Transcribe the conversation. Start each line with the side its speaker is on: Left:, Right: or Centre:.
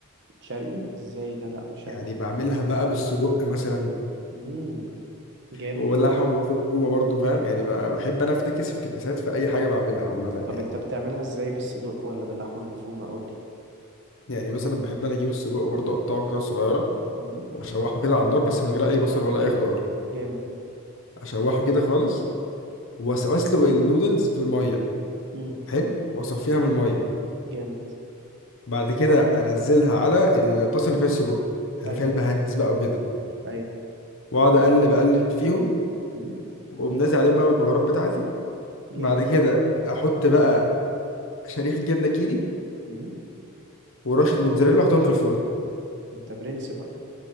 Right: شرقي ازاي ده لا مش
Left: يعني
Right: عارف
Left: بعملها بقى بالسجق مثلا
Right: امم جامد
Left: ولحم مفرومه برضو فاهم يعني ب- بحب انا افتكس افتكاسات في اي حاجه بعملها عامه
Right: طب
Left: يعني
Right: انت بتعملها ازاي بالصدوق ولا باللحمة المفرومة قولي
Left: يعني مثلا بحب انا اجيب السجق برضو اقطعه قطع صغيره
Right: امم
Left: واشوحه كده على النار بس من غير اي بصل ولا اي خضار
Right: جامد
Left: اشوحه كده خالص وأس- واسلق النودلز في الميه
Right: امم
Left: حلو واصفيها من الميه
Right: جامد
Left: بعد كده انزلها على الطاسه اللي فيها السجق اللي
Right: ايوه
Left: فيها البهارات بقى وكده
Right: ايوه
Left: واقعد اقلب اقلب فيهم
Right: امم
Left: واقوم نازل عليهم بقى بالبهارات بتاعتي
Right: جامد
Left: بعد كده
Right: جامد جامد
Left: احط بقى شريحه جبنه كيري
Right: امم
Left: ورشه موتزاريلا واحطهم في الفرن
Right: انت برنس بقى